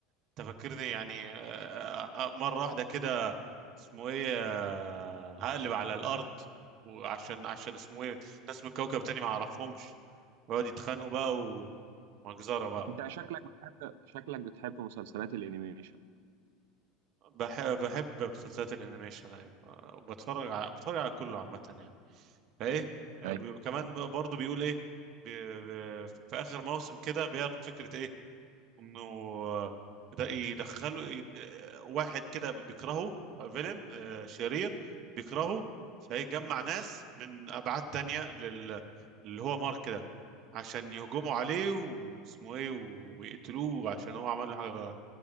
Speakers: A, on the right; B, on the right.
A: انت فاكرني يعني آه، آه، مره واحده كده اسمه ايه آه، هقلب على الارض وعشان عشان اسمه ايه ناس من كوكب تاني ما اعرفهمش ويقعد يتخانقوا بقى ومجزره بقى
B: انت شكلك بتحب شكلك بتحب مسلسلات الانيميشن
A: بحب بحب مسلسلات الانيميشن ايوه آه، بتفرج على بتفرج على كله عامه يعني فايه
B: طيب.
A: آه، بي... كمان برضه بيقول ايه بي... بي... في اخر موسم كده بيعرض فكره ايه انه آه، ده يدخلوا ي- آه، واحد كده بيكرهه فيلن شرير بيكرهه فيجمع ناس من ابعاد تانية لل... اللي هو مارك ده عشان يهجموا عليه واسمه ايه و... ويقتلوه عشان هو عمل له حاجه